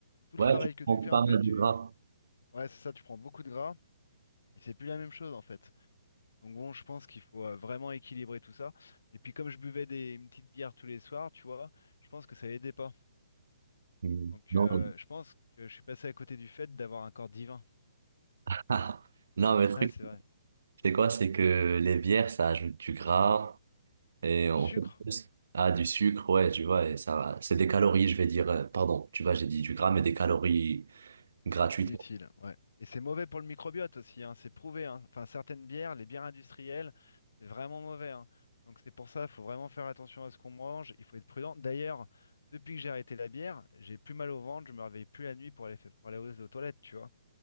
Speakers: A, on the left; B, on the right.
A: Tout le
B: Ouais,
A: travail
B: je
A: que tu
B: prends
A: fais,
B: pas
A: en fait,
B: mal
A: tu,
B: de gras.
A: ouais, c'est ça, tu prends beaucoup de gras, et c'est plus la même chose, en fait. Donc bon, je pense qu'il faut euh, vraiment équilibrer tout ça. Et puis, comme je buvais des, une petite bière tous les soirs, tu vois, je pense que ça aidait pas.
B: Mm.
A: Donc,
B: Non,
A: euh,
B: non.
A: je pense que je suis passé à côté du fait d'avoir un corps divin.
B: <laughs> Non, mais le truc,
A: Ah, c'est vrai.
B: c'est quoi? C'est que les bières, ça ajoute du gras. Et on
A: Du sucre.
B: fait plus ah, du sucre, ouais, tu vois, et ça, c'est des calories, je vais dire, euh, pardon, tu vois, j'ai dit du gras, mais des calories gratuitement.
A: Inutile, ouais. Et c'est mauvais pour le microbiote aussi, hein, c'est prouvé. hein. Enfin, certaines bières, les bières industrielles, c'est vraiment mauvais. hein. Donc c'est pour ça, il faut vraiment faire attention à ce qu'on mange, il faut être prudent. D'ailleurs, depuis que j'ai arrêté la bière, j'ai plus mal au ventre, je me réveille plus la nuit pour aller, fa- pour aller aux aux toilettes, tu vois.